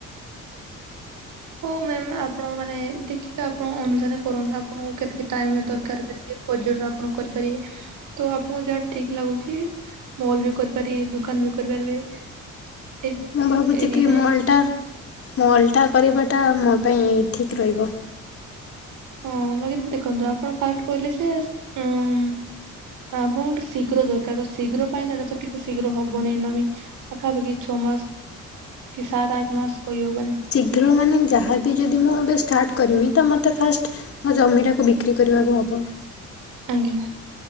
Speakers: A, on the right; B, on the left.
A: ହଉ ମ୍ୟାମ୍ ଆପଣ ମାନେ ଦେଖିକି ଆପଣ ଅନୁସାରେ କରନ୍ତୁ ଆପଣଙ୍କୁ କେତିକି ଟାଇମ ଦରକାର କେତିକି ପର୍ଯ୍ୟଟନ ଆପଣ କରିପାରିବେ ତ ଆପଣଙ୍କୁ ଯାହା ଠିକ ଲାଗୁଛି ମଲ୍ ବି କରିପାରିବେ ଦୋକାନ ବି କରିପାରିବେ ଏ
B: ମୁଁ ଭାବୁଛି
A: ଏ ଦିଟା
B: କି ମଲ୍ଲ
A: ହିଁ
B: ଟା ମଲ୍ଲ ଟା କରିବାଟା ମୋ ପାଇଁ ଠିକ୍ ରହିବ।
A: ହଁ ବାକି ଦେଖନ୍ତୁ ଆପଣ ଫାଷ୍ଟ କହିଲେ ଯେ ଉ-ଉ ତ ଆପଣଙ୍କୁ ଟିକେ ଶୀଘ୍ର ଦରକାର ତ ଶୀଘ୍ର ପାଇଁ ତ ଏଇଟା ତ ଟିକେ ଶୀଘ୍ର ହବନି ନାମି ପାଖା ପାଖି ଛଅ ମାସ କି ସାତ ଆଠ ମାସ କହିହବନି।
B: ସେଥିରୁ ମାନେ ଯାହାବି ଯଦି ମୁଁ ଏବେ ଷ୍ଟାର୍ଟ କରିମି ତ ମୋତେ ଫାଷ୍ଟ ମୋ ଜମିଟାକୁ ବିକ୍ରି କରିବାକୁ ହବ।
A: ଆଜ୍ଞା,